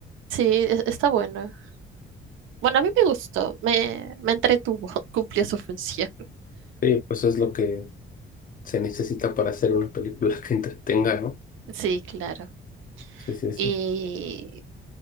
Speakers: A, on the right (about 80°); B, on the left (about 45°).
A: sí, es- está bueno. Bueno, a mí me gustó, me, me entretuvo, <laughs> cumplió su función.
B: Sí, pues es lo que se necesita para hacer una película que entretenga, ¿no?
A: Sí, claro.
B: Sí, sí,
A: Y
B: sí.